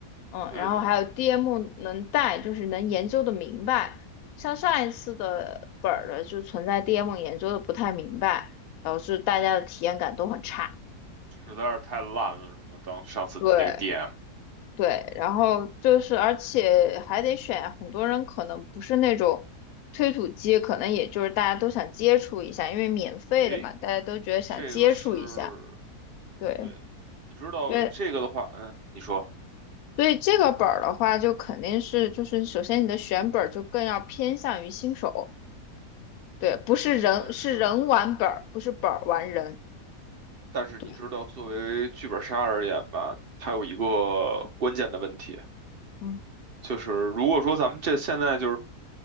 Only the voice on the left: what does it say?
嗯，
然后还有 DM 能带，就是能研究的明白。像上一次的本儿的就存在 DM 研究的不太明白，导致大家的体验感都很差。
对，
对，然后就是，而且还得选，很多人可能不是那种推土机，可能也就是大家都想接触一下，因为免费的嘛，
大家都觉得想接触一下。
对
对，
所以这个本儿的话，就肯定是就是首先你的选本儿就更要偏向于新手，对，不是人是人玩本儿，
不是本儿玩人。
对，
嗯，